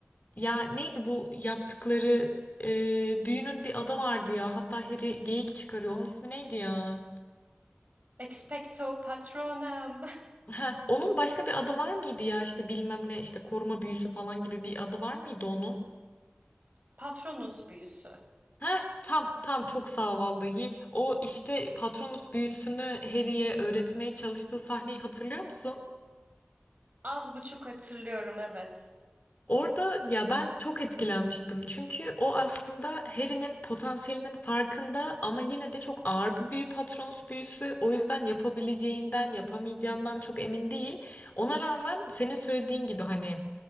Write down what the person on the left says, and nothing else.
ya neydi bu yaptıkları e, büyünün bir adı vardı ya hatta Harry geyik çıkarıyor onun ismi neydi ya?
Heh, onun başka bir adı var mıydı ya işte bilmem ne işte koruma büyüsü falan gibi bir adı var mıydı onun?
Heh, tam tam çok sağ ol vallahi. O işte Patronus büyüsünü Harry'e öğretmeye çalıştığı sahneyi hatırlıyor musun?
Orada ya ben çok etkilenmiştim. Çünkü o aslında Harry'nin potansiyelinin farkında ama yine de çok ağır bir büyü Patronus büyüsü. O yüzden yapabileceğinden, yapamayacağından çok emin değil. Ona rağmen senin söylediğin gibi hani